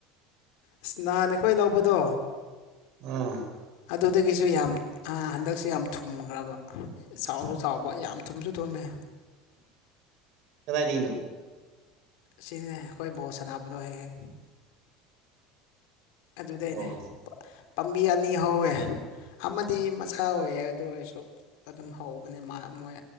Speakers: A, on the left (about 75°); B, on the right (about 55°).
A: ꯑꯁ ꯅꯥꯍꯥꯟ ꯑꯩꯈꯣꯏ ꯂꯧꯕꯗꯣ
B: ꯎꯝ
A: ꯑꯗꯨꯗꯒꯤꯁꯨ ꯌꯥꯝ ꯍꯟꯗꯛꯁꯨ ꯌꯥꯝ ꯊꯨꯝꯈ꯭ꯔꯕ ꯆꯥꯎꯁꯨ ꯆꯥꯎꯕ ꯌꯥꯝ ꯊꯨꯝꯁꯨ ꯊꯨꯝꯃꯦ
B: ꯀꯗꯥꯏꯗꯒꯤꯅꯣ
A: ꯑꯁꯤꯅꯦ ꯑꯩꯈꯣꯏ ꯕꯣꯜ ꯁꯥꯟꯅꯕꯗꯣ ꯍꯦꯛ ꯍꯦꯛ ꯑꯗꯨꯗꯩꯅꯦ
B: ꯑꯣ
A: ꯄꯥꯝꯕꯤ ꯑꯅꯤ ꯍꯧꯋꯦ ꯑꯃꯗꯤ ꯃꯆꯥ ꯑꯣꯏꯌꯦ ꯑꯗꯨ ꯑꯣꯏꯔꯁꯨ ꯑꯗꯨꯝ ꯍꯧꯕꯅꯦ ꯃꯥ ꯃꯣꯏ